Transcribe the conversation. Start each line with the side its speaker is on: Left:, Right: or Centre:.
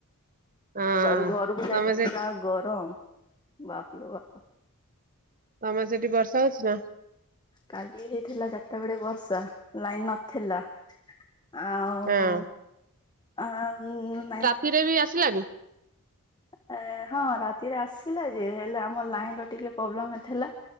Right: ହଁ
Left: ଏ ବାରୁ ଘରକୁ
Right: ତମେ
Left: ଯାଇଥାନ୍ତି
Right: ସେ
Left: ଯାହା ଗରମ ବାପଲ ବାପ।
Right: ତମେ ସେଠି ବର୍ଷା ହଉଛି ନା?
Left: କାଲି ହେଇଥିଲା ଚାରିଟା ବେଳେ ବର୍ଷା ଲାଇନ ନଥିଲା ଆଉ
Right: ହଁ
Left: <unintelligible> ନାଇ।
Right: କୀରେ ବି ଆସିଲାନି।
Left: ଏ ହଁ ରାତିରେ ଆସିଲା ଯେ ହେଲେ ଆମର ଲାଇନ ର ଟିକେ ପ୍ରୋବ୍ଲେମଥିଲା